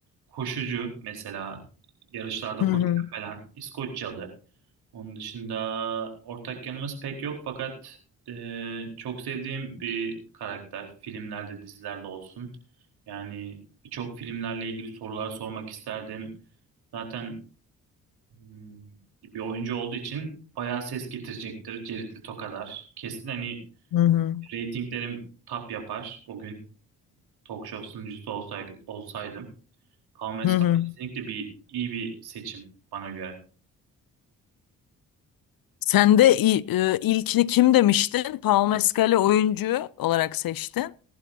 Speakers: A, on the right; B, on the left.
A: koşucu mesela yarışlarda
B: Hı hı.
A: koşuyor falan. İskoçyalı. Onun dışında ortak yanımız pek yok fakat e, çok sevdiğim bir karakter filmlerde dizilerde olsun. Yani birçok filmlerle ilgili sorular sormak isterdim. Zaten hmm, bir oyuncu olduğu için bayağı ses getirecektir Jared Leto kadar. Kesin hani
B: Hı hı.
A: Ratinglerim tap yapar o gün. Talk show sunucusu olsaydı, olsaydım. Paul Mescal
B: Hı hı.
A: kesinlikle bir iyi bir seçim bana göre.
B: Sen de i- e, ilkini kim demiştin? Paul Mescal'i oyuncu olarak seçtin.